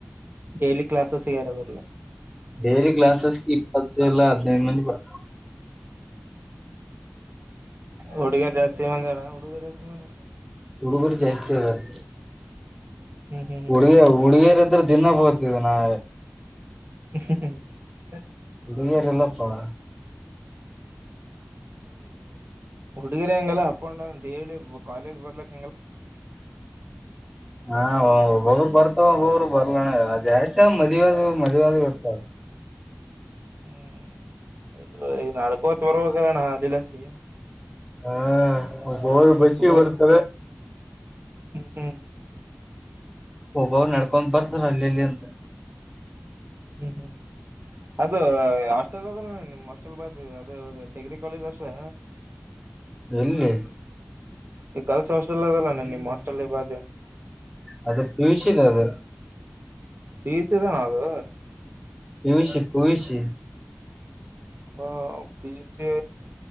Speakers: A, on the right (about 55°); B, in the centre.
A: ಡೇಲಿ ಕ್ಲಾಸಸ್ಗೆ ಯಾರು ಬರಲ್ಲ.
B: ಡೈಲಿ ಕ್ಲಾಸಸ್ ಕ ಇಪ್ಪತ್ತು ಇಲಲ್ಲ ಹದಿನೈದು ಮಂದ ಬರ್ತಾರೆ.
A: ಹುಡುಗಿಯ ಜಾಸ್ತಿ ಮಂದಿ ಅದರ ಹುಡುಗ ಜಾಸ್ತಿ ಮಂದಿ ಅದರ.
B: ಹುಡುಗುರು ಜಾಸ್ತಿ ಅದಾರೆ
A: ಹ್ಮ್ ಹ್ಮ್ ಹ್ಮ್
B: ಹುಡುಗಿಯ ಹುಡುಗಿಯರತ್ರ ದಿನ ಫೋನ್ ಅಚ್ಚ ನ.
A: ಹ್ಮ್ ಹ್ಮ
B: ಬಿಗರ ಎಲ್ಲಪ್ಪಾ.
A: ಹುಡುಗಿರ ಹಂಗಲ್ಲ ಅಪ್ಪಂಡೌನ್ ಕಾಲೇಜ್ ಬರ್ಲಕ್ಕ.
B: ಹಾ ಹಬರು ಪತ ಒಬ್ಬರು ಬರ್ಲೋಣ ಜಾಸ್ತಿ ಮದುವೆಯದು ಮದುವೆಯದು ಇರ್ತ.
A: ಹ್ಮ್ ಇಲ್ಲ ನಡ್ಕೋತ್ ವರ್ವಾಗಲ್ಲಣ್ಣ ಅಲ್ಲಿಂದ ಆಚಿ.
B: ಹ್ಮ <unintelligible>
A: ದೂರ
B: ಬರ್ತವೆ
A: ಹ್ಮ್ ಹ್ಮ
B: ಒಬ್ಬವ್ರು ನಡ್ಕೊಂಡ್ ಬರ್ತಾರ ಅಲ್ಲಿಲ್ಲಿ ಅಂತೆ-
A: ಹ್ಮ್, ಹ್ಮ್ ಅದು ಹಾಸ್ಟೆಲ್ ಅದ ನಿಮ್ ಹಾಸ್ಟೆಲ್ ಬಾಜ ಅದ ಡಿಗ್ರಿ ಕಾಲೇಜ್ ಅಷ್ಟೇ.
B: ಎಲ್ಲಿ.
A: ಈ ಕಲ್ಸ ಹಸ್ಟೆಲ್ಲ್ಲಲ್ಲ ನ ನಿಮ್ಮ ಮ ಹಸ್ಟಲ್ ಇ ಬಾಜು.
B: ಅದು ಪೀಸಿನ ಅದು.
A: ಈಸದ ನದು.
B: PUC PUC.
A: ಹ ಪಿಯುಸಿ